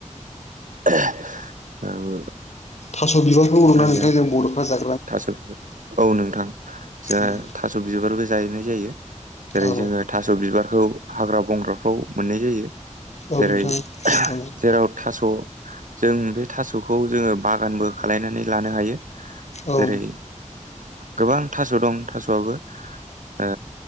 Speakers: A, on the right; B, on the left.
A: ओ
B: थास' बिबारखौ औ
A: होनो
B: ना नोंथां जों बर'फोरा जायो
A: थास' बिबार औ नोंथां जोंहा
B: उम
A: थास' बिबारबो जाहैनाय जायो। जेरै
B: औ
A: जोङो थास' बिबारखौ हाग्रा-बंग्राफ्राव मोननाय जायो।
B: औ
A: जेरै
B: नोंथां औ
A: जेराव थास' जों बे थास'खौ जोङो बागानबो खालायनानै लानो हायो
B: औ उम
A: जेरै गोबां थास' दं थास'आबो ओ